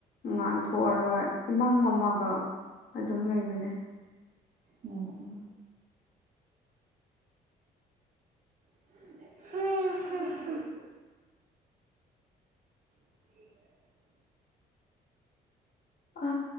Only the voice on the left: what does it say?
ꯉꯥꯟꯊꯣꯛꯑꯔꯣꯏ ꯏꯃꯝ ꯑꯃꯒ ꯑꯗꯨꯝ ꯂꯩꯕꯅꯦ
ꯑ